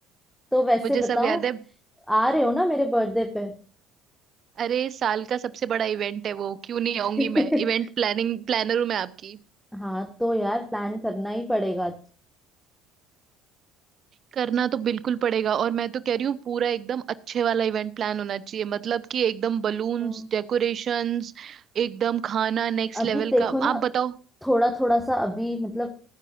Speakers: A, in the centre; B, on the right.
A: तो वैसे
B: मुझे
A: बताओ
B: सब याद है
A: आ रहे हो ना मेरे बर्थडे पे
B: अरे साल का सबसे बड़ा इवेंट है वो क्यों नहीं
A: <laughs>
B: आऊंगी मैं इवेंट प्लानिंग प्लानर हूं मैं आपकी
A: हाँ तो यार प्लान करना ही पड़ेगा
B: करना तो बिल्कुल पड़ेगा और मैं तो कह रही हूँ पूरा एकदम अच्छे वाला इवेंट प्लान होना चाहिए मतलब कि एकदम बलून्स
A: हम्म।
B: डेकोरेशंस एकदम खाना नेक्स्ट
A: अभी
B: लेवल
A: देखो
B: का
A: ना
B: आप बताओ
A: थोड़ा थोड़ा सा अभी मतलब